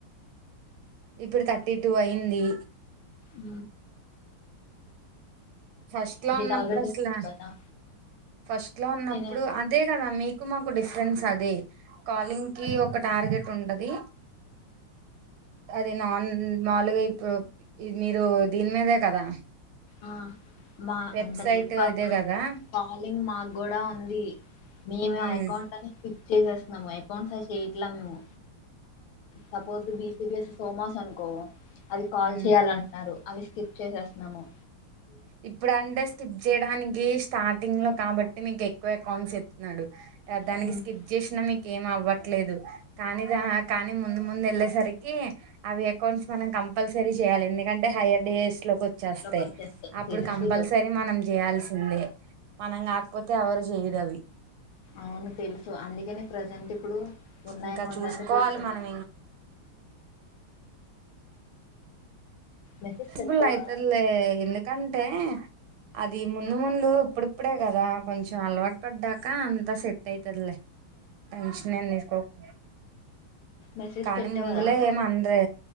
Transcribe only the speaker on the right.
ఇప్పుడు థర్టీ టూ అయింది
ఫస్ట్ లో ఉన్నప్పుడు
అసలు
ఫస్ట్ లో ఉన్నప్పుడు
అదే కదా మీకు మాకు డిఫరెన్స్ అదే కాలింగ్ కి ఒక టార్గెట్ ఉంటది అది నాన్ మాలుగాప్పు మీరు దీని మీద కదా
వెబ్సైట్
ఇదే కదా
ఉమ్
ఉమ్
ఇప్పుడు అంటే స్కిప్ చేయడానికి స్టార్టింగ్ లో కాబట్టి మీకు ఎ క్కువే అకౌంట్స్ ఎత్ న్నడు ఆ
దానికి స్కిప్ చేసినా మీ ఏం అవ్వట్లేదు కానీ దా కానీ ముందు ముందు వెళ్ళేసరికి అవి అకౌంట్స్ మనం కంపల్సరీ చేయాలి ఎందుకంటే హైర్ డేస్ లోకి వచ్చేస్తాయ్
ఇప్పుడు
కంపల్సరీ మనం చేయాల్సిందే మనం కాకపోతే ఎవరు జేయురవి
ఇంకా
చూసుకోవాలి
మనం
బుల్లయితదిల్లే ఎల్లు కంటే అది ముందు ముందు ఇప్పుడిప్పుడే కదా కొంచెం అలవాటు పడ్డాక అంతా సెట్ అయితదిలే టెన్షనేమ్ తీస్కోకు
కానీ
ముందులో ఏమన్రే